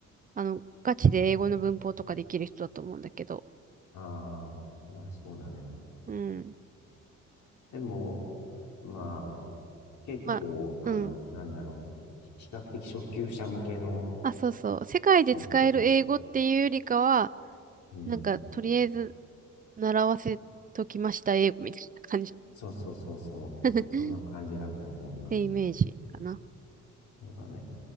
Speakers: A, on the right; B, on the left.
A: あの、ガチで英語の文法とかできる人だと思うんだけど。
B: ああ、まあそうだね。
A: うん。
B: でも、まあ、結構、
A: まあ、
B: あの、
A: うん。
B: なんだろう。ひ比較的初級者向けの
A: あ、そうそう。世界で使える英語っていうよりかは、
B: 即興、うん。
A: なんかとりあえず習わせときました英語みたいな感じ。
B: そうそうそうそう。
A: <laughs>
B: そんな感じだと思うな。
A: ってイメージかな。
B: そうだね。